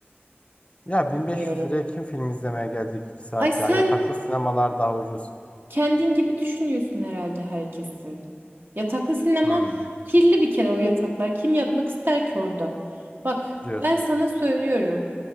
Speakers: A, on the left; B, on the right.
A: Ya 1500
B: Bilmiyorum.
A: liraya kim film izlemeye gelecek 2 saat
B: Ay
A: ya?
B: sen
A: Yataklı sinemalar daha ucuz.
B: kendin gibi düşünüyorsun herhalde herkesi. Yataklı sinema
A: Hmm,
B: kirli bir kere o yataklar. Kim yatmak ister ki orada? Bak
A: diyorsun.
B: ben sana söylüyorum.